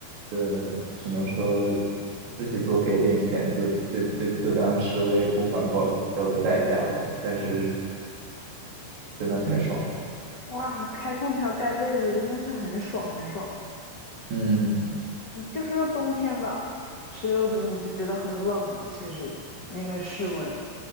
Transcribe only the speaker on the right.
呃，只能说自己多给点钱，就就就就当是为不环保交的代价吧。但是真的太爽了，
嗯